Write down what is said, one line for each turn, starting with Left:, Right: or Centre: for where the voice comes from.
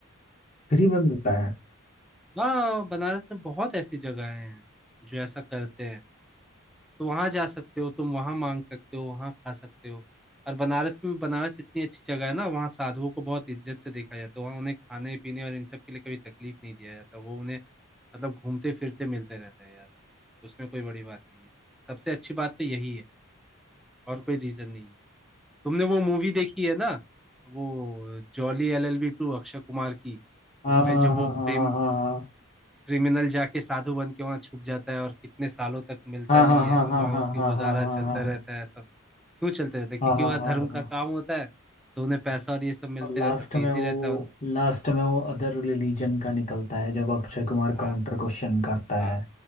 Left: फ्री में मिलता है
Centre: हाँ बनारस में बहुत ऐसी जगहें हैं जो ऐसा करते हैं तो वहां जा सकते हो तुम वहां मांग सकते हो वहां खा सकते हो और बनारस में बनारस इतनी अच्छी जगह है ना वहाँ साधुओं को बहुत इज्जत से देखा जाता है वहाँ उन्हें खाने पीने और इन सब के लिए कभी तकलीफ नहीं दिया जाता वो उन्हें मतलब घूमते फिरते मिलते रहता है यार उसमें कोई बड़ी बात नहीं है सबसे अच्छी बात तो यही है और कोई रीजन नहीं है तुमने वो मूवी देखी है ना वो Jolly L L B two Akshay Kumar की
Left: हाँ
Centre: उसमें जो वो
Left: हाँ हाँ
Centre: प्रेम
Left: हाँ हाँ
Centre: क्रिमिनल जाके साधु बन के वहां छुप जाता है और कितने सालों तक मिलता
Left: हाँ
Centre: नहीं
Left: हाँ
Centre: है
Left: हाँ
Centre: और
Left: हाँ
Centre: वहां
Left: हाँ
Centre: उसकी
Left: हाँ
Centre: गुजारा
Left: हाँ
Centre: चलता
Left: हाँ
Centre: रहता है सब क्यों चलते रहता है क्योंकि
Left: हाँ हाँ
Centre: वह
Left: हाँ हाँ
Centre: धर्म
Left: हाँ
Centre: का
Left: हाँ
Centre: काम होता है तो उन्हें पैसा और ये सब मिलते
Left: और लास्ट
Centre: रहता है तो
Left: में
Centre: इजी
Left: वो
Centre: रहता है उन
Left: लास्ट में वो अदर रिलीजन का निकलता है जब अक्षय कुमार
Centre: हाँ
Left: काउंटर क्वेश्चन करता
Centre: हाँ
Left: है